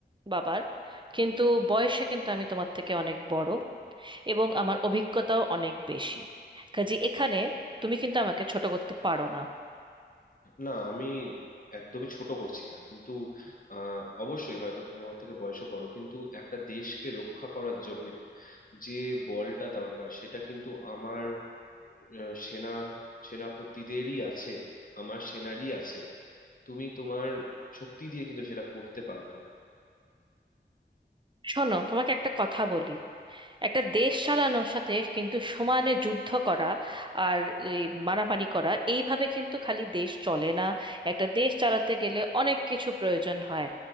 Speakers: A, on the right; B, on the left.
A: বাবার কিন্তু বয়সে কিন্তু আমি তোমার থেকে অনেক বড় এবং আমার অভিজ্ঞতাও অনেক বেশি কাজে এখানে তুমি কিন্তু আমাকে ছোট করতে পারো না
B: না আমি একদমই ছোট করছি না কিন্তু আহ, অবশ্যই হয়তো তুমি আমার থেকে বয়সে বড় কিন্তু একটা দেশকে রক্ষা করার জন্য যে বলটা দরকার সেটা কিন্তু আমার আহ, সেনা সেনাপতিদেরই আছে আমার সেনারই আছে তুমি তোমার শক্তি দিয়ে কিন্তু সেটা করতে পারবে না
A: শোনো তোমাকে একটা কথা বলি একটা দেশ চালানোর সাথে কিন্তু সমানে যুদ্ধ করা আর এই মারামারি করা এইভাবে কিন্তু খালি দেশ চলে না একটা দেশ চালাতে গেলে অনেক কিছু প্রয়োজন হয়